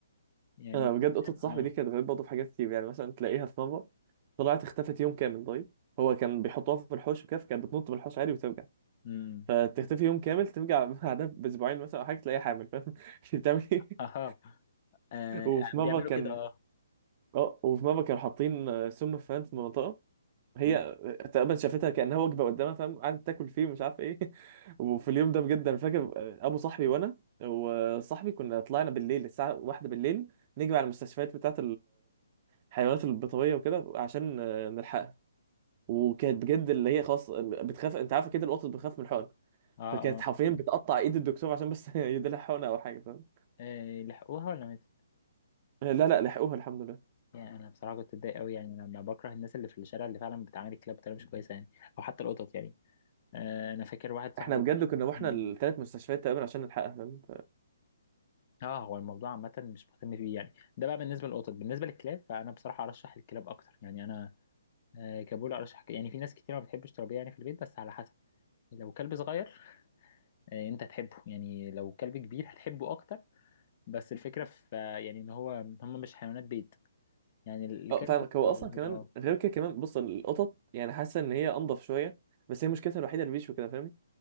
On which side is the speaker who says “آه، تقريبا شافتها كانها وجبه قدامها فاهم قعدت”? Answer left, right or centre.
Right